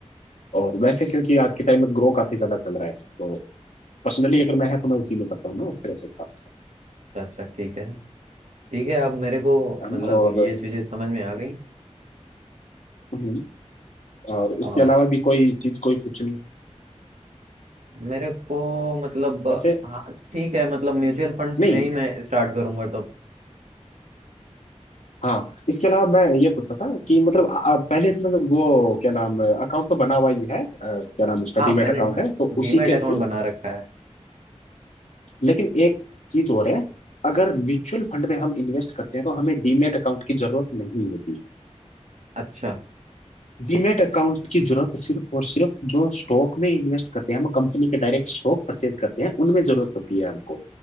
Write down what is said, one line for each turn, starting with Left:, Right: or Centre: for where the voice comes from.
Left: और वैसे क्योंकि आज के टाइम में ग्रो काफी ज्यादा चल रहा है तो पर्सनली अगर मैं है तो मैं उसी में करता हूँ ना उस तरह से था
Right: अच्छा अच्छा ठीक है ठीक है अब मेरे को
Left: है
Right: मतलब
Left: ना और
Right: ये चीजें समझ में आ गई
Left: हम्म, और इसके
Right: आ,
Left: अलावा भी कोई चीज कोई कुछ नहीं
Right: मेरे को मतलब
Left: जैसे
Right: हाँ ठीक है मतलब म्यूचुअल फंड्स
Left: नहीं
Right: में ही मैं स्टार्ट करूंगा तो
Left: हाँ इसके अलावा मैं ये पूछ रहा था कि मतलब आ- आ- पहले इसमें तो वो क्या नाम अकाउंट तो बना हुआ ही है अ, क्या नाम उसका
Right: हाँ
Left: डीमैट
Right: मैंने
Left: अकाउंट है तो उसी
Right: डीमैट
Left: के
Right: अकाउंट
Left: थ्रू
Right: बना रखा है
Left: लेकिन एक चीज और है अगर म्यूचुअल फंड में हम इन्वेस्ट करते हैं तो हमें डीमैट अकाउंट की जरूरत नहीं होती
Right: अच्छा
Left: डीमैट अकाउंट की जरूरत सिर्फ और सिर्फ जो स्टॉक में इन्वेस्ट करते हैं हम कंपनी के डायरेक्ट स्टॉक परचेज करते हैं उनमें जरूरत होती है हमको